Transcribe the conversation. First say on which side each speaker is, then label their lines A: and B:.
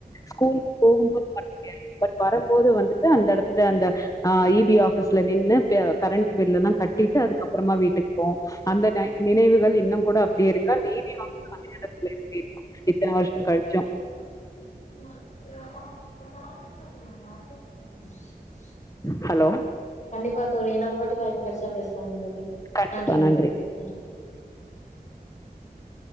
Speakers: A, on the left; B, on the left.
A: ஸ்கூலுக்கு போகும்போது வர முடியாது பட் வரம்போது வந்துட்டு அந்த எடத்துல அந்த ஆஹ் இ பி ஆபிஸ்ல நின்னு கரண்ட் பில்லா கட்டிட்டு அதுக்கப்புறமா வீட்டுக்கு போவோ அந்த நை நினைவு கள் இன்னோ கூட அப்டியேயிருக்கு அந்த இ பி ஆபீஸ்ஸு மத்திய எடத்துலயிருக்கு இத்தன வருஷோ கழிச்சு
B: <unintelligible>
A: ஹலோ
B: கண்டிப்பா தோழி இன்னொருவாட்டி வா வெரசா பேசலாங்க தோழி
A: கண்டிப்பா
B: நன்றிங்க
A: நன்றி
B: தோழி நன்றி